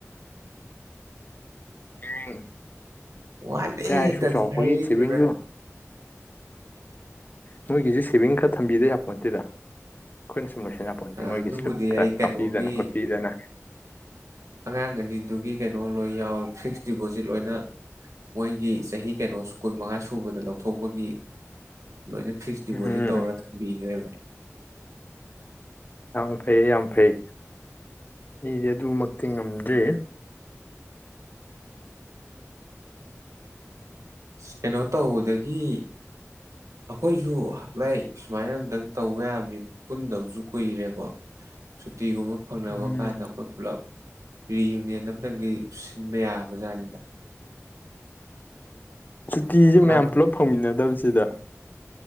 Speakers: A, on the left (about 35°); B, on the right (about 85°).
A: ꯎꯝ
B: ꯋꯥꯠꯂꯦ
A: ꯏꯆꯥ
B: ꯍꯦꯛꯇꯗꯤ
A: ꯏꯁꯨ ꯆꯥꯎꯔꯛꯄꯒꯤ
B: ꯍꯥꯏꯔꯛꯏꯁꯦ
A: ꯁꯦꯚꯤꯡꯁꯨ
B: ꯚꯥꯏ
A: ꯃꯣꯏꯒꯤꯁꯨ ꯁꯦꯚꯤꯡ ꯈꯔ ꯊꯝꯕꯤꯗ ꯌꯥꯄꯣꯠꯇꯦꯗ ꯑꯩꯈꯣꯏꯅ ꯁꯨꯝ ꯂꯣꯏꯁꯤꯟ ꯌꯥꯄꯣꯟꯇꯦ ꯃꯣꯏꯒꯤꯁꯨ
B: ꯑꯗꯨꯕꯨꯗꯤ
A: ꯈꯔ
B: ꯑꯩ ꯀꯩꯅꯣꯒꯤ
A: ꯍꯥꯞꯄꯤꯗꯅ ꯈꯣꯠꯄꯤꯗꯅ
B: ꯑꯉꯥꯡ ꯑꯅꯤꯗꯨꯒꯤ ꯀꯩꯅꯣ ꯂꯣꯏ ꯌꯥꯎꯋꯤ ꯐꯤꯛꯁ ꯗꯤꯄꯣꯖꯤꯠ ꯂꯣꯏꯅ ꯃꯣꯏꯒꯤ ꯆꯍꯤ ꯀꯩꯅꯣ ꯀꯨꯟꯃꯉꯥ ꯁꯨꯕꯗ ꯂꯧꯊꯣꯛꯄꯒꯤ ꯂꯣꯏꯅ ꯐꯤꯛꯁ ꯗꯤꯄꯣꯖꯤꯠ
A: ꯎꯝ
B: ꯇꯧꯔ ꯊꯝꯕꯤꯈ꯭ꯔꯦꯕ
A: ꯌꯥꯝ ꯐꯩꯌꯦ ꯌꯥꯝ ꯐꯩ ꯑꯩꯗꯤ ꯑꯗꯨꯃꯛꯇꯤ ꯉꯝꯗ꯭ꯔꯤ
B: ꯀꯩꯅꯣ ꯇꯧꯕꯗꯒꯤ ꯑꯩꯈꯣꯏꯁꯨ ꯚꯥꯏ ꯁꯨꯃꯥꯏꯅ ꯑꯝꯇꯪ ꯇꯧꯕ ꯌꯥꯕꯅꯤ ꯄꯨꯟꯗꯕꯁꯨ ꯀꯨꯏꯔꯦꯀꯣ ꯁꯨꯇꯤꯒꯨꯝꯕ ꯐꯪꯅꯕ
A: ꯎꯝ
B: ꯀꯥꯟꯗ ꯑꯩꯈꯣꯏ ꯄꯨꯜꯂꯞ ꯔꯤ ꯌꯨꯅꯤꯌꯟ ꯑꯝꯇꯪꯗꯤ ꯁꯤꯟꯕ ꯌꯥ <unintelligible>
A: ꯁꯨꯇꯤꯁꯦ
B: ꯃꯥ
A: ꯃꯌꯥꯝ ꯄꯨꯂꯞ ꯐꯪꯃꯤꯟꯅꯗꯦ ꯃꯥꯟꯅꯗꯕꯁꯤꯗ